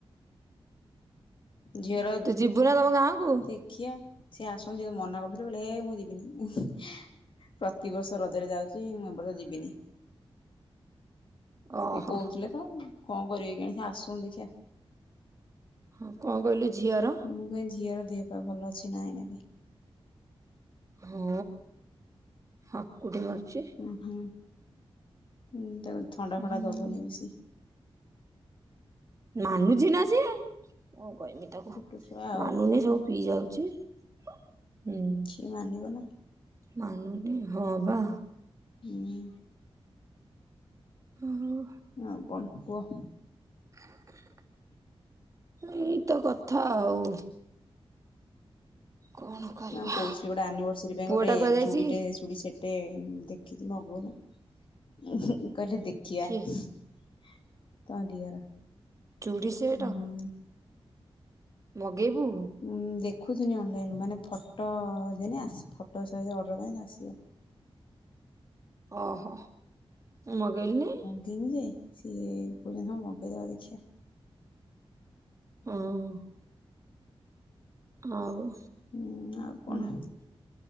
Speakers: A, on the left; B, on the right.
A: ଝିଅର
B: ତୁ ଯିବୁ ନା ତମ ଗାଁକୁ
A: ଧିକ୍ <inaudible> ଖିଆ ସିଏ ଆସନ୍ତୁ ସେ ତ ମନା କରୁଥିଲେ କଇଲେ ହେ ମୁଁ ଯିବିନି। ପ୍ରତି ବର୍ଷ ରଜରେ ଯାଉଛି ମୁଁ ଏ ବର୍ଷ ଯିବିନି।
B: ଓହୋ।
A: ସେ କହୁଥିଲେ ତ କଣ କରିବେ କେୟାଣି ସେ ଆସନ୍ତୁ ଦେଖିଆ।
B: ହଁ କଂ କହିଲୁ ଝିଅର?
A: ମୁଁ କଇଁ ଝିଅର ଦେହ ପା ଭଲ ଅଛି ନା ଏଇନାକେ।
B: ହଁ ହାକୁଟି ମାରୁଛି।
A: ଓହଁଁ ଉଁ ତାକୁ ଥଣ୍ଡା
B: ହୁଁ
A: ଫଣ୍ଡା ଦବନି ବେଶି।
B: ମାନୁଚି ନା ସିଏ କଣ କହିବି ତାକୁ
A: ଛୋଟ ଛୁଆ ଆଉ।
B: ମାନୁନି ସବୁ ପିଇ ଯାଉଚି ହୁଁ।
A: ଛି ମାନିବ ନା।
B: ମାନୁନି ହଁ ବା।
A: ହୁଁ।
B: ହଁ ହଉ।
A: ଆଉ କଣ କୁହ?
B: <inaudible> ଏଇତ କଥା ଆଉ। କଣ? କରିବା
A: ନାଁ ମୁଁ କହୁଥିଲି ଗୋଟେ ଆନିଭର୍ସରୀ ପାଇଁ
B: ପୁଅ
A: ଗୋଟେ
B: ଟା କୁଆଡେ ଯାଇଛି
A: ଚୁଡ଼ିଟେ ଚୁଡ଼ିସେଟ୍ ଟେ ଦେଖିଛି ମଗଉନ <inaudible> କହିଲେ ଦେଖିଆ।
B: କି
A: ତମ ଦିଅର।
B: ଚୁଡ଼ି ସେଟ
A: ହୁଁ।
B: ମଗେଇବୁ।
A: ଉଁ ଦେଖୁଥିନି ଅନଲାଇନରୁୁ ମାନେ ଫଟ ଦେନେ ଆସି ଫଟୋ ସହିତ ଅର୍ଡର କନେ ସେ ଆସିବ।
B: ଓହୋ ମଗେଇଲୁନେଇ।
A: କଇଥିନି ଯେ ସିଏ କହୁଛନ୍ତି ହଁ ମଗେଇଦବା ଦେଖିଆ।
B: ଅ ହଁ। ଆଉ
A: ହୁଁ ଆଉ
B: ହୁଁ
A: କଣ